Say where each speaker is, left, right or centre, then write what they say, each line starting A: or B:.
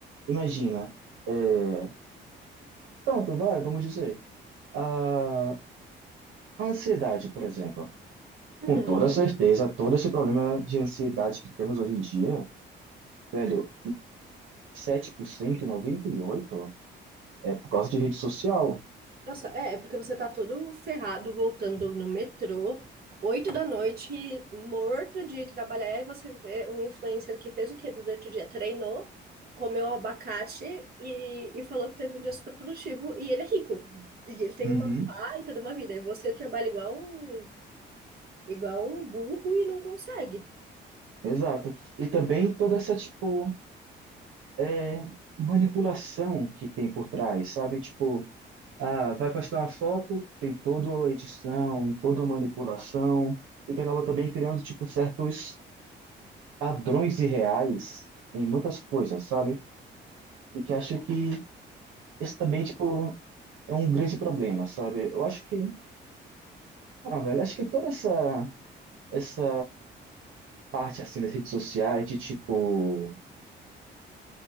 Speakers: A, on the right; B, on the right.
A: Imagina, é, pronto, vai, vamos dizer, a, a ansiedade, por exemplo.
B: Hum.
A: Com toda certeza, todo esse problema de ansiedade que temos hoje em dia, velho, 97%, 98% é por causa de rede social.
B: Nossa, é, é porque você tá todo ferrado voltando no metrô, oito da noite, morto de trabalhar, e você vê um influencer que fez o quê durante o dia? Treinou, comeu abacate e, e falou que teve um dia super produtivo, e ele é rico, e ele tem
A: Uhum.
B: uma baita de uma vida, e você trabalha igual um, igual um burro e não consegue.
A: Exato. E também toda essa, tipo, é, manipulação que tem por trás, sabe? Tipo, ah, vai postar uma foto, tem toda a edição, toda a manipulação, e que acaba também criando, tipo, certos padrões irreais em muitas coisas, sabe? E que acho que esse também, tipo, é um grande problema, sabe? Eu acho que, ah, velho, acho que toda essa, essa parte, assim, das redes sociais de, tipo,